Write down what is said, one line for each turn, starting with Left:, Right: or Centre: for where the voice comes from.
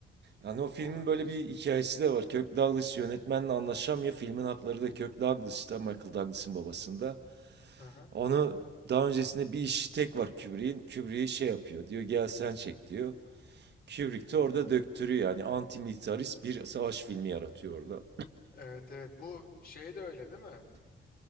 Right: Yani o filmin
Left: olabilir.
Right: böyle bir hikayesi de var. Kirk Douglas yönetmenle anlaşamıyor. Filmin hakları da Kirk Douglas'ta, Michael Douglas'ın babasında.
Left: Hı hı.
Right: Onu daha öncesinde bir işi tek var Kubrick'in. Kubrick'i şey yapıyor diyor gel sen çek diyor. Kubrick de orada döktürüyor. Yani antimilitarist bir savaş filmi yaratıyor orada.
Left: Evet evet. Bu şey de öyle değil mi?